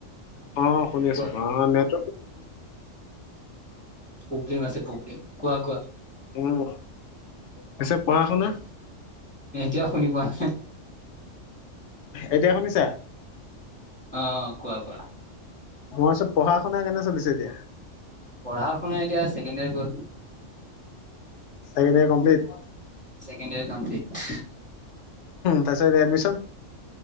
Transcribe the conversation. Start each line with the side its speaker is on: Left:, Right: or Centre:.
Left: অ শুনি
Centre: কোৱা
Left: আছো অ নেট
Centre: পুবডিম আছে পুবলিম কোৱা কোৱা
Left: উম পিছে পঢ়া শুনা
Centre: এতিয়াও শুনি পোৱা নাই
Left: এতিয়া শুনিছা
Centre: অ কোৱা কোৱা
Left: মোৰ ওচৰত পঢ়া শুনা কেনে চলিছে এতিয়া।
Centre: পঢ়া শুনা এতিয়া ছেকেণ্ড ইয়াৰ গ'ল
Left: second year complete.
Centre: Second year complete.
Left: তাৰপিছত এডমিশন?